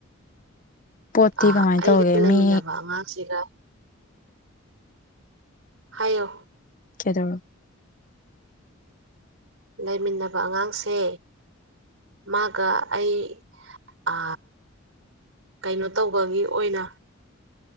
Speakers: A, on the left; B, on the right.
A: ꯄꯣꯠꯇꯤ
B: ꯑ
A: ꯀꯃꯥꯏꯅ
B: ꯑꯩꯒ
A: ꯇꯧꯒꯦ
B: ꯂꯩꯃꯤꯟꯅꯕ
A: ꯃꯤ
B: ꯑꯉꯥꯡꯁꯤꯒ ꯍꯥꯏꯌꯣ
A: ꯀꯦꯗꯧꯔꯣ
B: ꯂꯩꯃꯤꯟꯅꯕ ꯑꯉꯥꯡꯁꯦ ꯃꯥꯒ ꯑꯩ ꯑ ꯀꯩꯅꯣ ꯇꯧꯕꯒꯤ ꯑꯣꯏꯅ